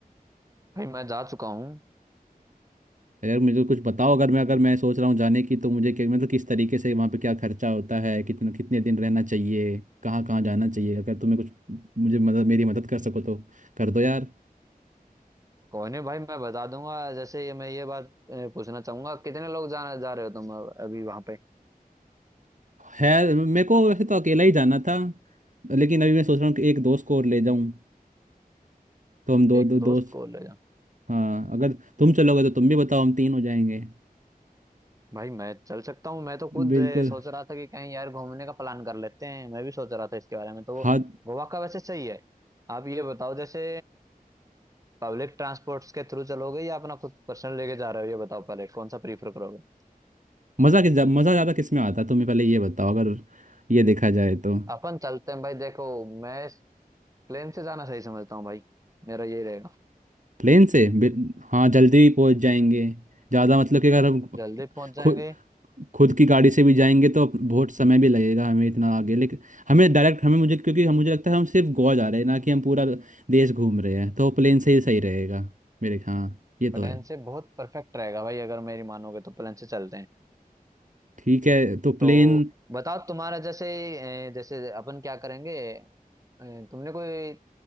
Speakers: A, on the right (about 20°); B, on the right (about 55°).
A: भाई मैं जा चुका हूँ
B: यार मुझे कुछ बताओ अगर मैं अगर मैं सोच रहा हूँ जाने की तो मुझे क्या मतलब किस तरीके से वहाँ पे क्या खर्चा होता है कितना कितने दिन रहना चाहिए कहाँ कहाँ जाना चाहिए अगर तुम्हें कुछ मुझे मदद मेरी मदद कर सको तो कर दो यार
A: कोई नहीं भाई मैं बता दूंगा जैसे ये मैं ये बात अ, पूछना चाहूंगा कितने लोग जाना जा रहे हो तुम अ- अभी वहां पे
B: है मेरे को वैसे तो अकेला ही जाना था लेकिन अभी मैं सोच रहा हूँ कि एक दोस्त को और ले जाऊं तो हम दो
A: एक
B: दो दोस्त
A: दोस्त को ले
B: हाँ अगर तुम चलोगे तो तुम भी बताओ हम तीन हो जाएंगे
A: भाई मैं चल सकता हूँ मैं तो खुद
B: बिल्कुल
A: अ, सोच रहा था कि कहीं यार घूमने का प्लान कर लेते हैं मैं भी सोच रहा था इसके बारे में तो
B: हाँ
A: गोवा का वैसे सही है आप ये बताओ जैसे पब्लिक ट्रांसपोर्ट्स के थ्रू चलोगे या अपना खुद पर्सनल लेके जा रहे हो ये बताओ पहले कौन सा प्रीफर करोगे
B: मज़ा किस मज़ा ज़्यादा किस में आता है तुम्हें पहले ये बताओ अगर ये देखा जाए तो
A: अपन चलते हैं भाई देखो मैं प्लेन से जाना सही समझता हूँ भाई मेरा यही रहेगा
B: प्लेन से बिल- हाँ जल्दी भी पहुंच जाएंगे ज़्यादा मतलब कि अगर हम
A: जल्दी पहुंच जाएंगे
B: खुद खुद की गाड़ी से भी जाएंगे तो बहुत समय भी लगेगा हमें इतना आगे लेकिन हमें डायरेक्ट हमें मुझे क्योंकि हम मुझे लगता है हम सिर्फ गोवा जा रहे हैं ना कि हम पूरा देश घूम रहे हैं तो प्लेन से ही सही रहेगा मेरे हाँ ये तो
A: प्लेन
B: है
A: से बहुत परफेक्ट रहेगा भाई अगर मेरी मानोगे तो प्लेन से चलते हैं
B: ठीक है तो
A: तो
B: प्लेन
A: बताओ तुम्हारा जैसे अ, जैसे अपन क्या करेंगे अ, तुमने कोई